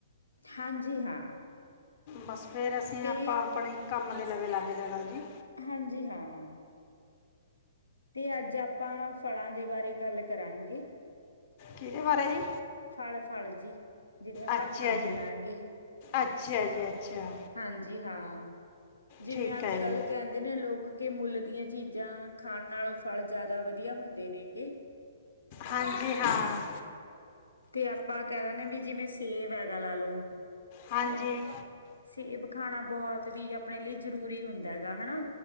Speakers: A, on the left; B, on the left.
A: ਹਾਂਜੀ ਹਾਂ।
B: ਬਸ ਫਿਰ ਅਸੀਂ
A: ਤੇ
B: ਆਪਾਂ ਆਪਣੇ ਕੰਮ ਦੇ ਲਵੇ ਲੱਗ ਜਾਣਾ ਜੀ।
A: ਹਾਂਜੀ ਹਾਂ। ਤੇ ਅੱਜ ਆਪਾਂ ਫਲਾਂ ਦੇ ਬਾਰੇ ਗੱਲ ਕਰਾਂਗੇ।
B: ਕਿਹਦੇ ਬਾਰੇ ਜੀ।
A: ਫਲ ਫਲ ਜੀ ਜਿਹੜੇ ਆਪਾਂ
B: ਅੱਛਾ
A: ਖਾਂਦੇ
B: ਜੀ
A: ਆਗੇ।
B: ਅੱਛਾ ਜੀ ਅੱਛਾ
A: ਹਾਂਜੀ ਹਾਂ ਜਿਵੇਂ
B: ਠੀਕ
A: ਅੱਜ
B: ਹੈ
A: ਕੱਲ੍ਹ
B: ਜੀ
A: ਕਹਿੰਦੇ ਨੇ ਲੋਕ ਕਿ ਮੁੱਲ ਦੀਆਂ ਚੀਜ਼ਾਂ ਖਾਣ ਨਾਲੋਂ ਫਲ ਜ਼ਿਆਦਾ ਵਧੀਆ ਹੁੰਦੇ ਨੇਗੇ।
B: ਹਾਂਜੀ ਹਾਂ
A: ਤੇ ਆਪਾਂ ਕਹਿ ਦਿੰਦੇ ਵੀ ਜਿਵੇਂ ਸੇਬ ਹੈਗਾ ਲਾ ਲੋ
B: ਹਾਂਜੀ
A: ਸੇਬ ਖਾਣਾ ਬਹੁਤ ਵੀ ਆਪਣੇ ਲਈ ਜਰੂਰੀ ਹੁੰਦਾ ਹੈਗਾ ਹਨਾ।